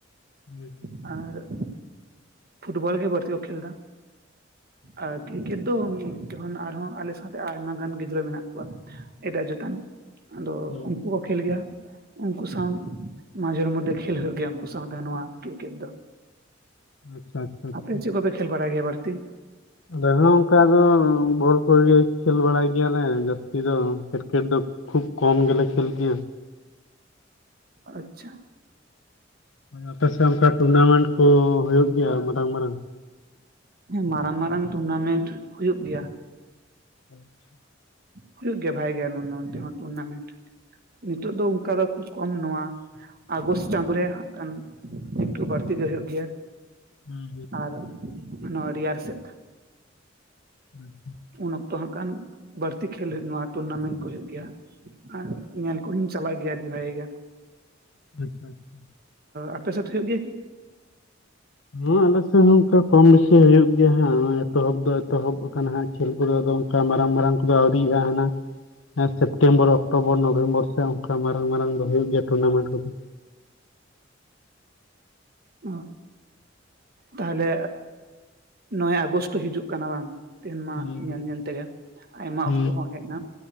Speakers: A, on the left; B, on the right.
A: <inaudible>
B: ᱟᱨ ᱯᱷᱩᱴᱵᱚᱞ ᱜᱮ ᱵᱟᱨᱛᱤ ᱠᱷᱮᱞ ᱫᱚ ᱟᱨ ᱠᱤᱨᱠᱮᱴ ᱛᱚ ᱡᱚᱠᱷᱚᱱ ᱟᱨᱦᱚᱸ ᱟᱞᱮ ᱥᱟᱶᱛᱮ ᱟᱭᱢᱟ ᱜᱟᱱ ᱜᱤᱫᱽᱨᱟᱹ ᱢᱮᱱᱟᱜ ᱠᱚᱣᱟ ᱮᱴᱟᱜ ᱡᱮᱛᱟᱱ ᱟᱫᱚ
A: ᱦᱳᱭ
B: ᱩᱱᱠᱩ ᱠᱚ ᱠᱷᱮᱞ ᱜᱮᱭᱟ ᱩᱱᱠᱩ ᱥᱟᱶ ᱢᱟᱡᱷᱮᱨ ᱢᱚᱫᱽᱫᱷᱮ ᱠᱷᱮᱞ ᱦᱩᱭᱩᱜ ᱜᱮᱭᱟ ᱩᱱᱠᱩ ᱥᱟᱶᱛᱮ ᱱᱚᱣᱟ ᱠᱨᱤᱠᱮᱴ ᱫᱚ
A: ᱟᱪᱪᱷᱟ ᱟᱪᱪᱷᱟ ᱟᱪᱪᱷᱟ
B: ᱟᱯᱮ ᱪᱮᱫ ᱠᱚᱯᱮ ᱠᱷᱮᱞ ᱵᱟᱲᱟᱭ ᱜᱮᱭᱟ ᱵᱟᱲᱛᱤ
A: ᱟᱞᱮ ᱦᱚᱸ ᱚᱱᱠᱟ ᱫᱚ ᱵᱚᱞ ᱠᱚᱜᱮ ᱠᱷᱮᱞ ᱵᱟᱲᱟᱭ ᱜᱮᱭᱟᱞᱮ ᱡᱟᱹᱥᱛᱤ ᱫᱚ ᱠᱨᱤᱠᱮᱴ ᱫᱚ ᱠᱷᱩᱵ ᱠᱚᱢ ᱜᱮᱞᱮ ᱠᱷᱮᱞ ᱜᱮᱭᱟ
B: ᱟᱪᱪᱷᱟ
A: ᱟᱯᱮ ᱥᱮᱫ ᱚᱱᱠᱟ ᱴᱩᱨᱱᱟᱢᱮᱱᱴ ᱠᱚ ᱦᱩᱭᱩᱜ ᱜᱮᱭᱟ ᱢᱟᱨᱟᱝ ᱢᱟᱨᱟᱝ
B: ᱦᱮᱸ ᱢᱟᱨᱟᱝ ᱢᱟᱨᱟᱝ ᱴᱩᱨᱱᱟᱢᱮᱱᱴ ᱦᱩᱭᱩᱜ ᱜᱮᱭᱟ
A: <inaudible>
B: ᱦᱩᱭᱩᱜ ᱜᱮᱭᱟ ᱵᱷᱟᱜᱮ ᱜᱮ ᱱᱚᱱᱛᱮ ᱦᱚᱸ ᱴᱩᱨᱱᱟᱢᱮᱱᱴ ᱱᱤᱛᱚᱜ ᱫᱚ ᱚᱱᱠᱟ ᱫᱚ ᱠᱷᱩᱵ ᱠᱚᱢ ᱱᱚᱶᱟ ᱟᱜᱚᱥᱴ ᱪᱟᱸᱫᱳ ᱨᱮ ᱦᱟᱜ ᱠᱷᱟᱱ ᱮᱠᱴᱩ ᱵᱟᱹᱲᱛᱤ ᱜᱮ ᱦᱩᱭᱩᱜ ᱜᱮᱭᱟ
A: ᱦᱩᱸ
B: ᱟᱨ ᱱᱚᱣᱟ ᱨᱮᱭᱟᱲ ᱥᱮᱫ
A: <inaudible>
B: ᱩᱱ ᱚᱠᱛᱚ ᱦᱟᱜ ᱠᱷᱟᱱ ᱵᱟᱹᱲᱛᱤ ᱠᱷᱮᱞ ᱱᱚᱣᱟ ᱴᱩᱨᱱᱟᱢᱮᱱᱴ ᱠᱚ ᱦᱳᱭᱳᱜ ᱜᱮᱭᱟ ᱟᱨ ᱧᱮᱞ ᱠᱚᱦᱚᱧ ᱪᱟᱞᱟᱜ ᱜᱮᱭᱟ ᱟᱹᱰᱤ ᱵᱷᱟᱜᱤ ᱜᱮ
A: <unintelligible>
B: ᱟᱯᱮ ᱥᱮᱫ ᱦᱳᱭᱳᱜ ᱜᱮᱭᱟ ᱠᱤ
A: ᱦᱮ ᱟᱞᱮᱥᱮᱫ ᱦᱚᱸ ᱚᱱᱠᱟ ᱠᱚᱢ ᱵᱮᱥᱤ ᱦᱩᱭᱩᱜ ᱜᱮᱭᱟ ᱦᱟᱜ ᱱᱚ ᱮᱛᱚᱦᱚᱵ ᱫᱚ ᱮᱛᱚᱦᱚᱵ ᱟᱠᱟᱱᱟ ᱦᱟᱜ ᱠᱷᱮᱞ ᱠᱚᱫᱚ ᱟᱫᱚ ᱚᱱᱠᱟ ᱢᱟᱨᱟᱝ ᱢᱟᱨᱟᱝ ᱠᱚᱫᱚ ᱟᱹᱣᱨᱤᱭᱟᱜᱼᱟ ᱦᱟᱱᱟ ᱦᱮᱸ ᱥᱮᱯᱴᱮᱢᱵᱚᱨ ᱚᱠᱴᱳᱵᱚᱨ ᱱᱚᱵᱷᱮᱢᱵᱚᱨ ᱥᱮ ᱚᱱᱠᱟ ᱢᱟᱨᱟᱝ ᱢᱟᱨᱟᱝ ᱫᱚ ᱦᱩᱭᱩᱜ ᱜᱮᱭᱟ ᱴᱩᱨᱱᱟᱢᱮᱱᱴ ᱠᱚᱫᱚ
B: ᱚ ᱛᱟᱦᱞᱮ ᱱᱚᱜ ᱚᱭ ᱟᱜᱚᱥᱴ ᱦᱤᱡᱩᱜ ᱠᱟᱱᱟ ᱵᱟᱝ ᱛᱮᱦᱮᱱ
A: ᱦᱩᱸ
B: ᱢᱟ ᱧᱮᱞ
A: ᱦᱩᱸ
B: ᱧᱮᱞ ᱛᱮᱜᱮ ᱟᱭᱢᱟ
A: ᱦᱩᱸ
B: ᱚᱠᱛᱚ ᱦᱚᱸ ᱦᱮᱡ ᱮᱱᱟ